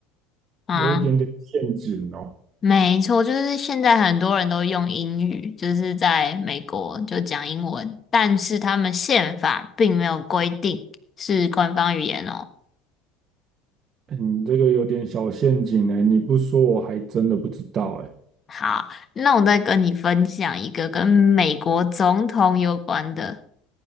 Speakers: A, on the left; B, on the right.
A: 啊。
B: 有一点点陷阱哦。
A: 没错，就是现在很多人都用英语，就是在美国就讲英文，但是他们宪法并没有规定是官方语言哦。
B: 哎你这个有点小陷阱哎，你不说我还真的不知道哎。
A: 好，那我再跟你分享一个跟美国总统有关的